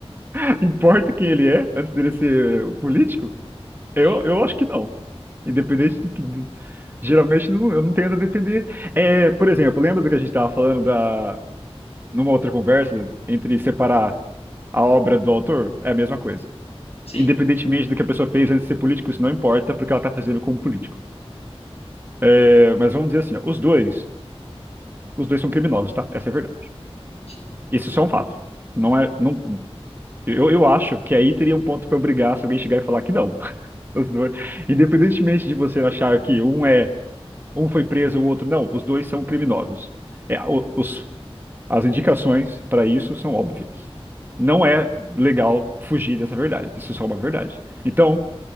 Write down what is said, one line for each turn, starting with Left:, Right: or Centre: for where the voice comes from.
Right: <laughs> importa quem ele é antes dele ser o político? Eu,
Left: Hum,
Right: eu acho que não, independente do que. do- Geralmente não- eu não tendo a depender. É, por exemplo, lembra do que a gente estava falando da, numa outra conversa entre separar a obra do autor? É a mesma coisa.
Left: sim,
Right: Independentemente do que a pessoa fez antes de ser político, isso não importa, porque ela está fazendo como político. É, mas vamos dizer assim, ó, os dois, os dois são criminosos, tá? Essa é a verdade.
Left: sim.
Right: Isso só é um fato. Não é, não, eu, eu acho que aí teria um ponto pra eu brigar se alguém chegar e falar que não. <laughs> Os dois, independentemente de você achar que um é, um foi preso, o outro não, os dois são criminosos. É, o- os, as indicações para isso são óbvias. Não é legal fugir dessa verdade. Isso é só uma verdade. Então,